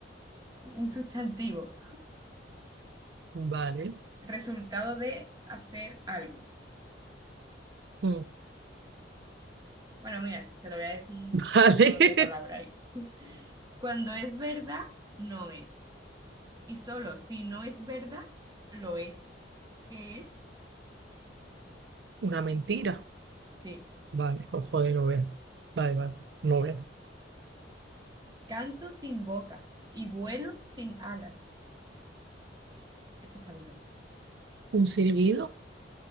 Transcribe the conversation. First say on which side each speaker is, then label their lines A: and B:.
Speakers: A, on the right; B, on the right.
A: un sustantivo,
B: Vale.
A: resultado de hacer algo.
B: Mm,
A: Bueno, mira, te lo voy a decir
B: <laughs>
A: con
B: Vale.
A: otra palabra ahí. Cuando es verdad, no es. Y solo si no es verdad, lo es. ¿Qué es?
B: Una mentira.
A: Sí.
B: Vale. Oh, joder, no veo. Vale, vale. No veo.
A: Canto sin boca y vuelo sin alas. Este está bien también.
B: ¿Un silbido?